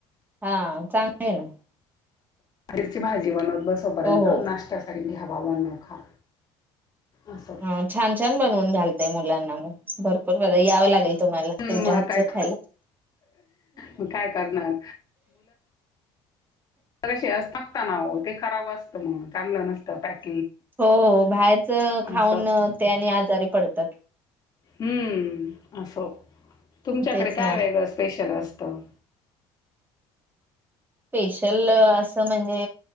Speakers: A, on the right (about 20°); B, on the left (about 40°).
A: हा चांगल हे ना.
B: पनीरची भाजी बनवत बसोपर्यंत
A: हो हो
B: नाश्त्यासाठी घ्या बाबांनो खा. असं
A: हं छान-छान बनवून घालताय मुलांना मग भरपूर <unintelligible> यावं लागेल. तुम्हाला
B: हम्म
A: तुमच्या
B: मग
A: हातचं
B: काय
A: खायला.
B: मग काय करणार <unintelligible> नाव ते खराब असतं मग चांगलं नसतं पॅक.
A: हो बाहेरच खाऊनं
B: असं
A: ते आणि आजारी पडतात.
B: हम्म असो तुमच्याकडे
A: तेच
B: काय
A: ना
B: वेगळं स्पेशल असतं?
A: स्पेशल असं म्हणजे